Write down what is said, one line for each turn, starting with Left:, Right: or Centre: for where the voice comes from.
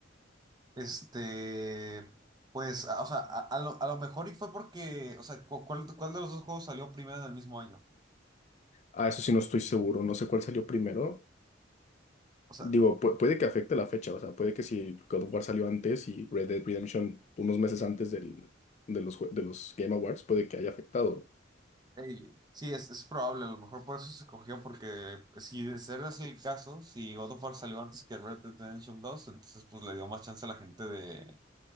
Right: Este, pues, a- o sea, a, a lo, a lo mejor y fue porque, o sea, cu- ¿cuál, cuál de los dos juegos salió primero en el mismo año?
Left: Ah, eso sí, no estoy seguro. No sé cuál salió primero.
Right: O sea,
Left: Digo, pu- puede que afecte la fecha. O sea, puede que si God of War salió antes y Red Dead Redemption unos meses antes del, de los, jue- de los Game Awards, puede que haya afectado.
Right: Ey, sí, es, es probable, a lo mejor por eso se cogió, porque pues, si de ser así el caso, si God of War salió antes que Red Dead Redemption dos entonces pues le dio más chance a la gente de,